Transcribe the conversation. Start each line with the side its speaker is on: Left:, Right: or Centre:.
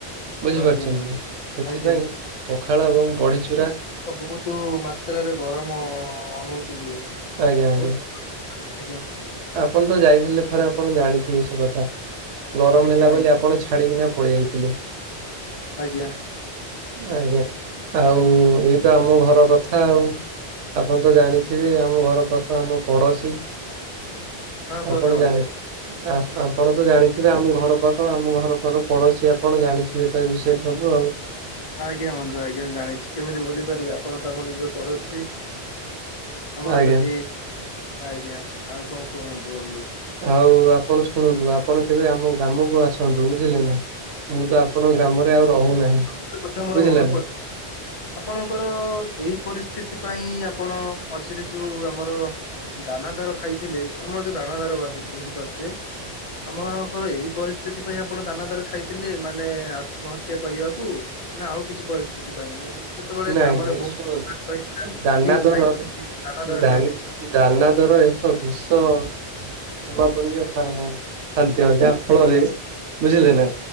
Right: ବୁଝିପାରୁଛନ୍ତି
Left: ଆଜ୍ଞା
Right: ନା ସେଥିପାଇଁ
Left: ଆଜ୍ଞା
Right: ପଖାଳ ଏବଂ ବଡ଼ିଚୁରା
Left: ବହୁତୁ ମାତ୍ରାରେ ଗରମ ଅନୁଭୂତି ହୁଏ।
Right: ଆଜ୍ଞା ଆଜ୍ଞା
Left: ବହୁତ ଆଜ୍ଞା
Right: ଆପଣ ତ ଯାଇଥିଲେ। ଥରେ ଆପଣ ଜାଣିଥିବେ ସେ କଥା ଗରମ
Left: ଆଜ୍ଞା
Right: ହେଲା ବୋଲି
Left: ଆଜ୍ଞା
Right: ଆପଣ ଛାଡିକିନା ପଳେଇଆଇଲେ ଥିଲେ
Left: ଆଜ୍ଞା
Right: ଆଜ୍ଞା ଆଉ ଏଇ ତ ଆମ ଘର କଥା ଆଉ ଆପଣ ତ ଜାଣିଥିବେ ଆମ ଘର ପାଖ ଆମ ପଡୋଶୀ
Left: ହଁ କୁହନ୍ତୁ
Right: ଆପଣ
Left: ବନ୍ଧୁ
Right: ଜାଣି ଆ ଆପଣ ତ ଜାଣିଥିବେ ଆମ ଘର ପାଖ ଆମ ଘର ପାଖ ପଡୋଶୀ ଆପଣ ଜାଣିଥିବେ ତ ଏ ବିଷୟରେ ସବୁ ଆଉ
Left: ଆଜ୍ଞା ବନ୍ଧୁ ଆଜ୍ଞା ଜାଣିଛି କେମିତି ଭୁଲି ପାରିବି ଆପଣ ତ ଆମ ନିଜ ପଡୋଶୀ। ଆମର
Right: ଆଜ୍ଞା
Left: ଯଦି ଆଜ୍ଞା ଆଉ କଣ କୁହନ୍ତୁ ବନ୍ଧୁ।
Right: ଆଉ ଆପଣ ଶୁଣନ୍ତୁ ଆପଣ କେବେ ଆମ ଗ୍ରାମକୁ ଆସନ୍ତୁ ବୁଝିଲେ ନା ମୁଁ ତ ଆପଣଙ୍କ ଗ୍ରାମରେ ଆଉ ରହୁନାହିଁ
Left: ଗୋଟେ କଥା ମୋର
Right: ବୁଝିଲେ
Left: ମନେ
Right: ନା
Left: ପଡି ଆପଣଙ୍କର ଏଇ ପରିସ୍ଥିତି ପାଇଁ ଆପଣ ମଝିରେ ଯୋଉ ଆମର ଦାନା ଦାର ଖାଇଥିଲେ ଆମର ଯୋଉ ଦାନା ଦାର ବୁଝିପାରୁଥିବେ। ଆମଙ୍କର ଏଇ ପରିସ୍ଥିତି ପାଇଁ ଆପଣ ଦାନା ଦାର ଖାଇଥିଲେ ମାନେ ଆତ୍ମହତ୍ୟା କରିବାକୁ ନା ଆଉ କିଛି ପରିସ୍ଥିତି ପାଇଁ ସେ ସେତେବେଳେ
Right: ନାଇଁ
Left: ଗ୍ରାମରେ
Right: ନାଇଁ
Left: ବହୁତ
Right: ଶୁଣନ୍ତୁ।
Left: ପ୍ରକାର କହିଥିଲା
Right: ଦାନା
Left: କି
Right: ଦର
Left: ଭାଇ ଦାନା ଦର
Right: ଦାନ
Left: ଖାଇ ଦେଇଛନ।
Right: ଦାନା ଦର ଏକ ବିଷ ସମାବନୀୟ ଖା ଖାଦ୍ୟ ଯାହା ଫଳରେ ବୁଝିଲେ ନା